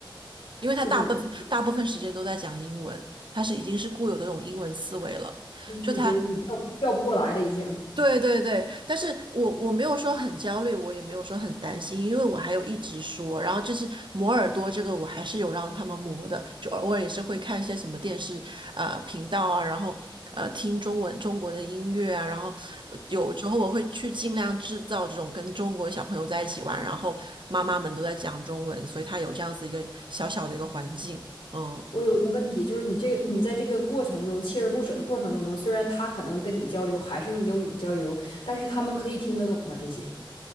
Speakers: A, on the right (about 65°); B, on the left (about 85°).
A: 因为他大部分大部分时间都在讲英文，
B: 就是你
A: 他是已经是固有的这种英文思维了。就他
B: 已经你调调不过来了，已经。
A: 对对对，但是我我没有说很焦虑，我也没有说很担心，因为我还有一直说，然后就是磨耳朵这个我还是有让他们磨的，就偶尔也是会看一些什么电视呃频道啊，然后呃听中文中国的音乐啊，然后呃有时候我会去尽量制造这种跟中国小朋友在一起玩，然后妈妈们都在讲中文，所以他有这样子一个小小的一个环境，嗯。
B: 我有一个问题，就是你这你在这个过程中锲而不舍的过程当中，虽然他可能跟你交流还是用英语交流，但是他们可以听得懂吗？这些